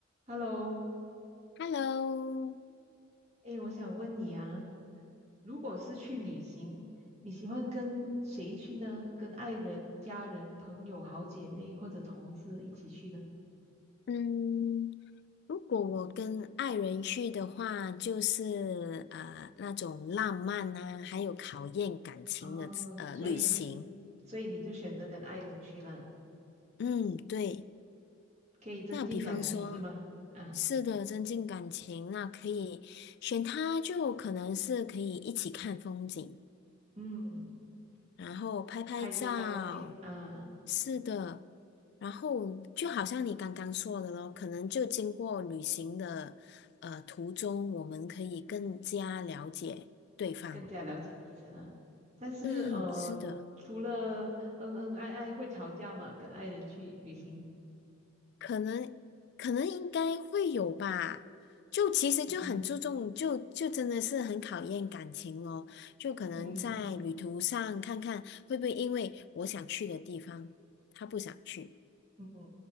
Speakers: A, on the right; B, on the left.
A: Hello，
B: Hello，
A: 哎，我想问你啊，如果是去旅行，你喜欢跟谁去呢？跟爱人、家人、朋友、好姐妹或者同事一起去呢？
B: 嗯，如果我跟爱人去的话，就是呃那种浪漫啊，还有考验感情的呃旅行。
A: 哦，所以，所以你就选择跟爱人去了，
B: 嗯，对。
A: 可以增进感情是吗？
B: 那比方说，
A: 啊，
B: 是的，增进感情，那可以选他，就可能是可以一起看风景。
A: 嗯，
B: 然后拍拍照，
A: 拍一些照片啊，
B: 是的，然后就好像你刚刚说的咯，可能就经过旅行的呃途中，我们可以更加了解对方。
A: 更加了解彼此了。但是呃，
B: 嗯，是的，
A: 除了恩恩爱爱会吵架嘛，跟爱人去旅行，
B: 可能可能应该会有吧。就其实就很注重，
A: 嗯
B: 就就真的是很考验感情咯。就可能在旅途上看看会不会因为我想去的地方，
A: 嗯
B: 他不想去。
A: 嗯，